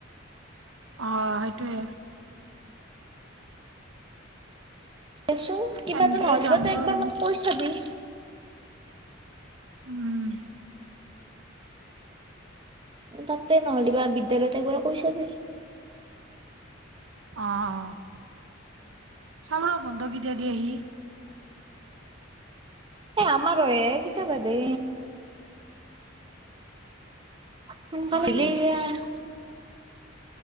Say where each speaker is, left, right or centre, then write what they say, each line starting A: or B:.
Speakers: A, on the right (about 80°); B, on the right (about 25°).
A: অ সেইটোৱে
B: দেচোন কিবা
A: এনেকেই
B: এটো নহ'লে
A: যাম
B: তই
A: ৰ
B: একবাৰ
A: এদিন।
B: মানে কৈ চাবি
A: উম
B: তাতে নহ'লে বা বিদ্যালয়তো কৰি ছাবি
A: অ অ চাম ৰ বন্ধ কেতিয়া দি আহি
B: এ আমাৰ এ কিটা বাধে নম মানল
A: হয় দে,
B: <unintelligible>